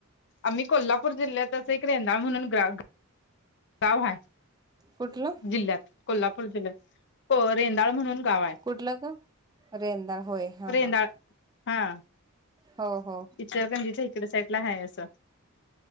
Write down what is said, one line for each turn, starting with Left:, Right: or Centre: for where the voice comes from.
Left: आम्ही कोल्हापूर जिल्ह्यातंच एक रेंदाळ म्हणून गा गाव हाय.
Right: कुठलं
Left: जिल्ह्यात कोल्हापूर जिल्हत रेंदाळ म्हणून गाव हाय.
Right: कुठलं गाव रेंदाळ होय हा
Left: रेंदाळ
Right: हा
Left: हा
Right: हो हो
Left: इचलकरंजीच्या इकडं साईडला हाय असं